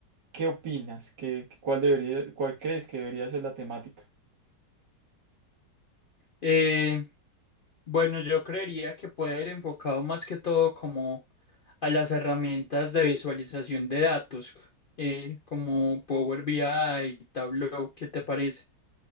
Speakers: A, on the right (about 80°); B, on the left (about 65°).
A: ¿qué opinas? ¿Qué, cuál debería, cuál crees que debería ser la temática?
B: Eh, bueno, yo creería que puede ir enfocado más que todo como a las herramientas de visualización de datos, eh, como Power BI, Tableau, ¿qué te parece?